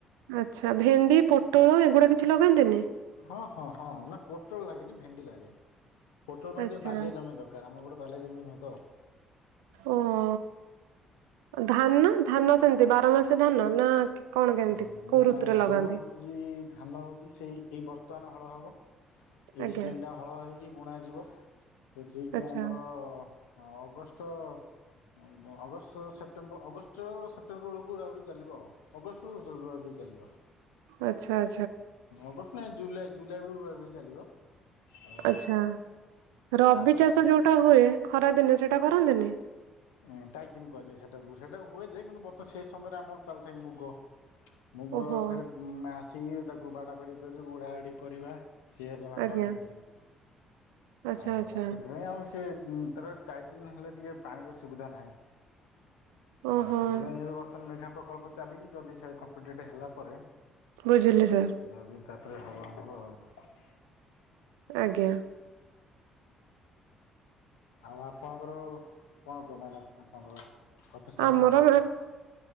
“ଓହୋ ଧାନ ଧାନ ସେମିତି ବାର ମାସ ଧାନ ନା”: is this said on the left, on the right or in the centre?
Right